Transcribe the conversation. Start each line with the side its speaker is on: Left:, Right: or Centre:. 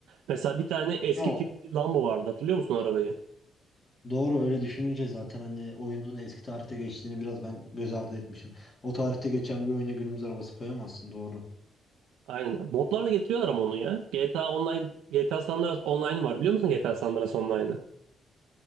Right: Mesela bir tane eski
Left: Ya, o-
Right: tip bir Lambo vardı hatırlıyor musun arabayı?
Left: doğru öyle düşününce zaten hani oyunun eski tarihte geçtiğini biraz ben göz ardı etmişim. O tarihte geçen bir oyuna günümüz arabası koyamazsın doğru.
Right: Aynen. Modlarla getiriyorlar ama onu ya. GTA Online, GTA San Andreas Online'ı var biliyor musun GTA San Andreas Online'ı?